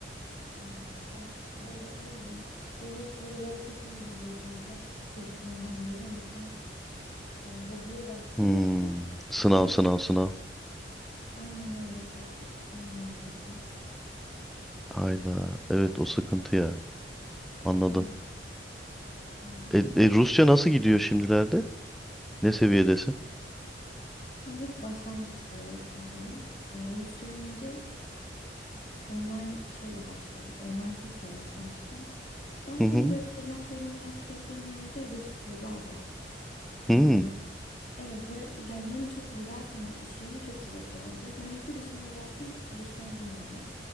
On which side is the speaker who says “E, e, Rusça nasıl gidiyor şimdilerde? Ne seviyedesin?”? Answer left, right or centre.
Centre